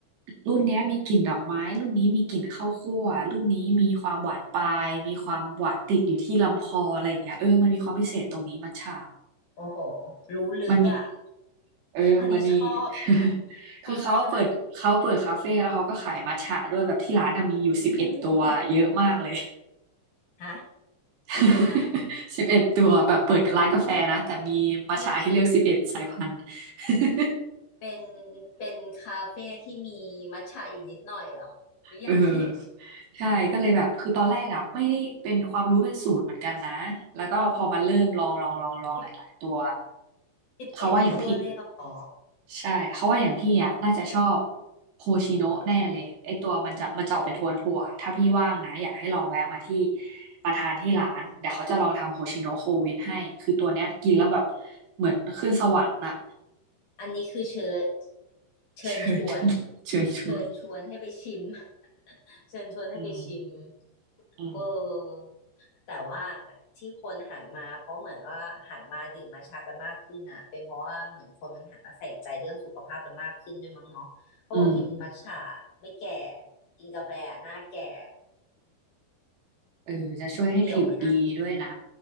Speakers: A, on the right; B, on the left.
A: รุ่นเนี้ยมีกลิ่นดอกไม้รุ่นนี้มีกลิ่นข้าวคั่วรุ่นนี้มีความหวานปลายมีความหวานติดอยู่ที่ลำคออะไรอย่างเงี้ยเออมันมีความพิเศษตรงนี้มัทฉะ
B: โอ้โห รู้ลึกอ่ะ
A: มันมี เออ
B: อันนี้ชอบใช่ไหม
A: มันมี <laughs> คือเขาเปิด
B: ชอบใช่ไหม
A: เขาเปิดคาเฟ่แล้วเขาก็ขายมัทฉะด้วยแบบที่ร้านอะมีอยู่สิบเอ็ดตัวเยอะมากเลย
B: อืมฮะ
A: <laughs>
B: กี่ตัวนะ
A: สิบเอ็ดตัวแบบเปิดร้านกาแฟนะแต่มีมัทฉะให้เลือกสิบเอ็ดสายพันธุ์
B: นี่นี่
A: <laughs>
B: เป็นเป็นคาเฟ่ที่มีมัทฉะอยู่นิดหน่อยเหรอ หรือยังไง
A: เออใช่ก็เลยแบบคือตอนแรกอ่ะไม่ได้เป็นความรู้เป็นศูนย์เหมือนกันนะแล้วก็พอมาเริ่มลองลองลองลองหลายๆตัว
B: <laughs> สิบเอ็ดตัวเลยเหรอ
A: เขาว่าอย่างพี่ใช่เขาว่าอย่างพี่อ่ะน่าจะชอบ
B: อืม
A: โฮชิโนะแน่เลยไอตัวมันจะมันจะออกเป็นโทนถั่วถ้าพี่ว่างนะอยากให้ลองแวะมาที่มาทานที่ร้านเดี๋ยวเขาจะลองทำโฮชิโนะโควิดให้คือตัวเนี้ยกินแล้วแบบเหมือนขึ้นสวรรค์น่ะ
B: อันนี้คือเชิญเชิญชวน
A: เชิญ <laughs> เชิญชวน
B: เชิญชวนให้ไปชิม <laughs> เชิญชวนให้ไปชิม
A: อืมอืม
B: เออแต่ว่าที่คนหันมาเพราะเหมือนว่าหันมาดื่มมาชากันมากขึ้นอ่ะเป็นเพราะว่าเหมือนคนมันหันมาใส่ใจเรื่องสุขภาพกันมากขึ้นด้วยมั้งเนาะเขาบอกกินมัทฉะไม่แก่
A: อืม
B: กินกาแฟหน้าแก่
A: เออจะช่วยให้ผิวดีด้วยนะ
B: เกี่ยวไหมนะ